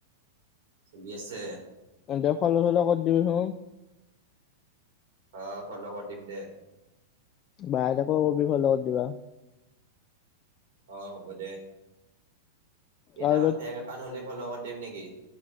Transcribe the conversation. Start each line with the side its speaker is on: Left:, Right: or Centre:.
Right: চলি আছে
Left: <unintelligible> কত দিবি চোন
Right: অ ফ্ল কৰি দিম দে
Left: বাইহতকো কবি ফ্ল কৰি দিব
Right: অ হ'ব দে কেইটামান
Left: আৰু
Right: ফেক একাউণ্ট খোলি ফ্ল কৰি দিম নেকি